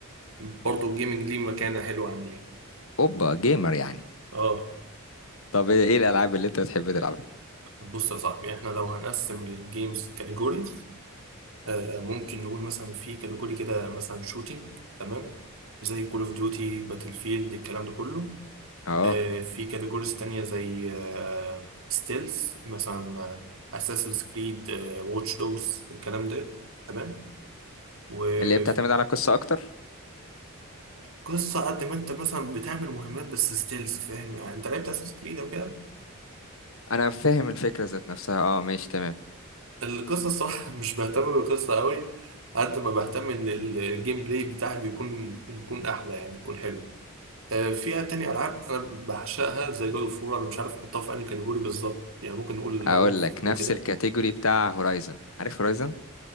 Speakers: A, on the right; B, on the left.
A: برضو الجيمنج ليه مكانه حلوه عندي يعني
B: اوبا جيمر يعني
A: اه
B: طب ايه الالعاب اللي انت بتحب تلعبها
A: بص يا صاحبي احنا لو هنقسم الجيمز كاتيجوريز آه ممكن نقول مثلا في كاتيجوري كده مثلا شوتينج تمام زي كول اوف ديوتي باتل فيلد الكلام ده كله
B: اه
A: آه في كاتيجوريز تانية زي آه ستيلز مثلا اساسن كريد واتش دوجز الكلام ده تمام ومش
B: اللي هي بتعتمد على قصه اكتر
A: قصة قد ما انت مثلا بتعمل مهمات بس ستيلز فاهم يعني انت لعبت اساس كريد او كده
B: انا فاهم الفكره ذات نفسها اه ماشي تمام
A: القصة الصراحة <laughs> مش بهتم بالقصة قوي قد ما بهتم ان الجيم بلاي بتاعي بيكون يكون احلى يعني يكون حلو آه، فيها تاني العاب انا بعشقها زي جود اوف وور، انا مش عارف احطها في انهي كاتيجوري بالظبط يعني ممكن نقول العنف
B: اقول لك
A: وكده
B: نفس الكاتيجوري بتاع هورايزن عارف هورايزن